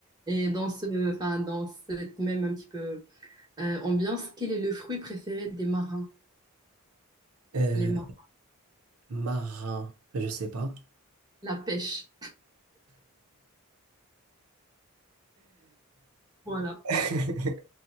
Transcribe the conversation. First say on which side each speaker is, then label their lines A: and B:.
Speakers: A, on the right; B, on the right.
A: Et dans ce, enfin, dans cette même un petit peu euh, ambiance, quel est le fruit préféré des marins?
B: Euh,
A: Les marins,
B: marin, je sais pas.
A: la pêche. Voilà.
B: <laughs>